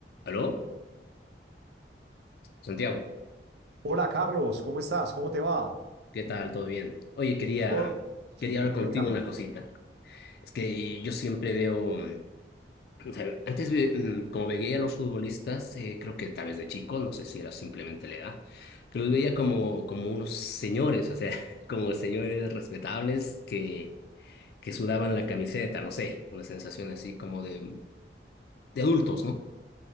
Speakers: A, on the left; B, on the right.
A: ¿Aló? Santiago,
B: Hola Carlos, ¿cómo estás? ¿Cómo te va?
A: ¿qué tal? ¿Todo bien? Oye, quería,
B: Todo- Sí,
A: quería hablar
B: cuéntame.
A: contigo una cosita. Es que eh, yo siempre veo, mm, o sea, antes ve- mm, como veía a los futbolistas, eh, creo que tal vez de chico, no sé si era simplemente la edad, que los veía como, como unos señores, o sea, <laughs> como señores respetables que, que sudaban la camiseta, no sé, una sensación así como de, de adultos, ¿no?